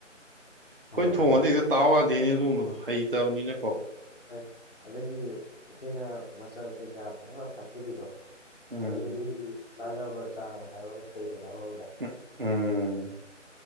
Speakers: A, on the right; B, on the left.
A: ꯑꯩꯈꯣꯏꯅ
B: ꯍꯥꯎꯕꯅꯦ
A: ꯊꯣꯡꯉꯗꯤ ꯍꯦꯛꯇ ꯇꯥꯎ ꯋꯥꯗꯦꯅꯦ ꯑꯗꯨꯒꯨꯝꯕꯗꯨ ꯍꯩꯇꯕꯅꯤꯅꯀꯣ
B: ꯍꯣꯢ ꯑꯗꯒꯤ ꯑꯩꯈꯣꯏꯅ ꯃꯆꯥꯟ ꯀꯩꯀꯥ ꯄꯪꯊꯥꯛ ꯊꯥꯛꯆꯥꯔꯤꯗꯣ
A: ꯎꯝ
B: ꯑꯗꯨꯁꯨ ꯃꯤꯒꯤ ꯆꯥꯅꯕ ꯆꯥꯡ ꯍꯥꯏꯕ ꯑꯃ ꯂꯩꯗꯅ ꯑꯃꯔꯣꯝꯗ
A: ꯎꯝ ꯎꯝ